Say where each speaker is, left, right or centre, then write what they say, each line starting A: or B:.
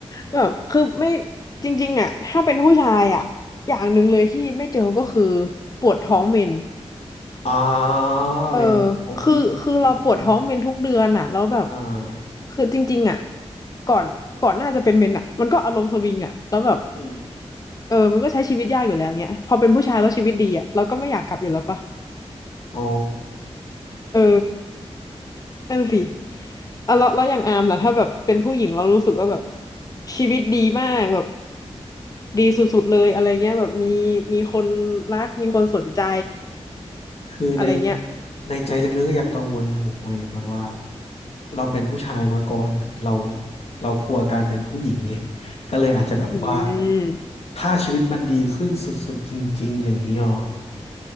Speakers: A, on the left; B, on the left.
A: แบบคือไม่จริงๆอ่ะถ้าเป็นผู้ชายอ่ะอย่างหนึ่งเลยที่ไม่เจอก็คือปวดท้องเมน
B: อ่า
A: เออ
B: เพนโอพีคพีคเลย
A: คือคือเราปวดท้องเมนทุกเดือนอ่ะแล้วแบบ
B: อ่า
A: คือจริงๆอ่ะก่อนก่อนหน้าจะเป็นเมนอ่ะมันก็อารมณ์สวิงอ่ะแล้วแบบ
B: อืม
A: เออมันก็ใช้ชีวิตยากอยู่แล้วเงี้ยพอเป็นผู้ชายแล้วชีวิตดีอ่ะเราก็ไม่อยากกลับอยู่แล้วปะ
B: อ๋อ
A: เออนั่นสิอ่ะแล้วแล้วอย่างอาร์มล่ะถ้าแบบเป็นผู้หญิงเรารู้สึกว่าแบบชีวิตดีมากแบบดีสุดๆเลยอะไรเงี้ยแบบมีมีคนรักมีคนสนใจ
B: คือใน
A: อะไรเงี้ย
B: ในใจลึกๆก็ยังกังวลอยู่เว้ยแบบว่าเราเป็นผู้ชายมาก่อนอะเราเรากลัวการเป็นผู้หญิงไงก็เลยอาจจะแบบว่า
A: อืม
B: ถ้าชีวิตมันดีขึ้นสุดๆจริงๆอย่างนี้หรอ